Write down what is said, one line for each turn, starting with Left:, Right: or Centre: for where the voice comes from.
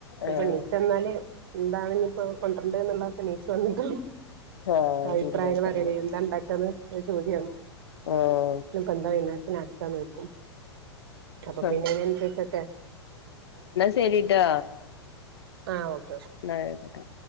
Right: ഇപ്പൊ
Left: ആഹ്
Right: നീച്ച് വന്നാല് എന്താണ് ഇപ്പോ കൊണ്ടിരണ്ട എന്നുള്ളപ്പ നീച്ച് വന്നിട്ടണം
Left: ആഹ്
Right: അഭിപ്രായങ്ങളാലെ
Left: തീരുമാനിച്ചത്
Right: എന്താ ഉണ്ടാക്കാന്ന് അതൊരു ചോദ്യാണ്
Left: ആഹ്
Right: ഇനിപ്പോ എന്താചെയ്യന് പിന്നെ അക്കാന്ന് വിളിക്കും, അപ്പ
Left: ആഹ്
Right: പിന്നെ അതിനനുസരിച്ചൊക്കെ
Left: ശെരിട്ടോ.
Right: ആ ഒ
Left: എന്നാ ആയിക്കോട്ടെ.